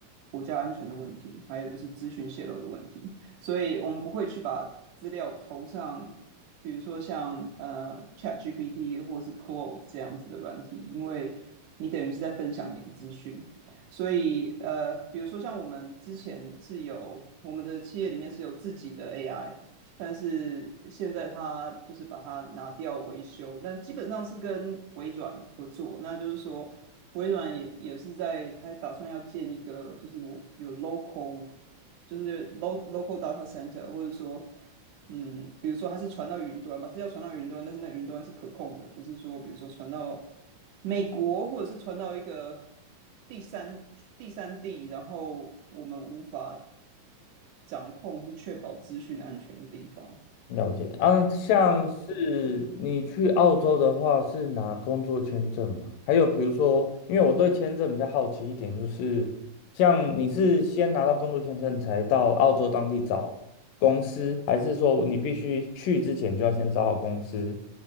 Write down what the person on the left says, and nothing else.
了解啊，像是你去澳洲的话，是拿工作签证嘛？还有比如说，因为我对签证比较好奇一点，就是像你是先拿到工作签证才到澳洲当地找公司，还是说你必须去之前就要先找好公司？